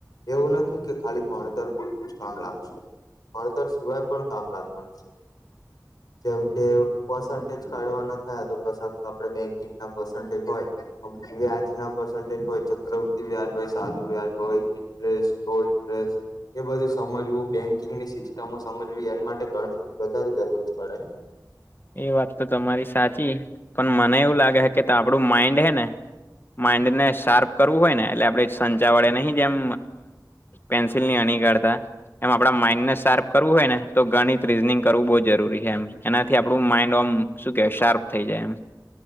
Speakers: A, on the left; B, on the left.
A: એવું નથી કે ખાલી ભણતર પૂરતું જ કામ લાગસે ભણતર સિવાય પણ કામ લાગવાનું છે જેમ કે પર્સન્ટેજ કાઢવાના થયા તો કાસ આપે બેંકિંગ ના પર્સન્ટેજ હોય અમુખ વ્યાજના પર્શન્ટેજ હોય ચક્રવૃતિ વ્યાજ હોય સાધું વ્યાજ હોય ઇન્ટરેસ્ટ, ગોલ્ડેસ એ બધું સમજવું બેન્કિંગની સિસ્ટમો સમજવી એને માટે ગણીત વધારે જરૂરી પડે
B: એ વાત તો તમારી સાચી મને એવું લાગે હે કે આપડું માઈન્ડ હે ને માઇન્ડને શાર્પ કરવું હોય ને એટલે આપડે સંચા વડે નહીં જેમ પેન્સિલની અણી કાઢતા એમ આપડા માઈન્ડને શાર્પ કરવું હોય ને તો ગણિત રીઝનિંગ કરવું બહુ જરૂરી હે એમ એના થી આપણું માઈન્ડ ઓમ શું કેહેવાય શાર્પ થઈ જાય એમ